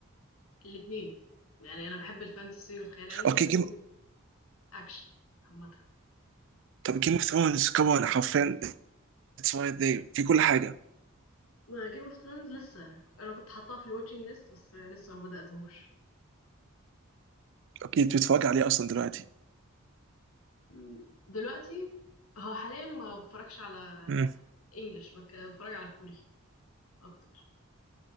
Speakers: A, on the left (about 80°); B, on the right (about 60°).
A: الاتنين يعني انا بحب الفانتسي والخيال العلمي
B: اوكي جيم
A: والاكشن عامه
B: طب جيم اوف ثرونز كمان حرفيا اتس رايت ذير في كل حاجه
A: ما جيم اوف ثرونز لسه انا كنت حاطاه في الواتشنج ليست بس لسه ما بداتهوش
B: اوكي انت بتتفرج عليه اصلا دلوقتي
A: م. دلوقتي هو حاليا ما بتفرجش على
B: مم.
A: انجلش بتفرج على كوري اكتر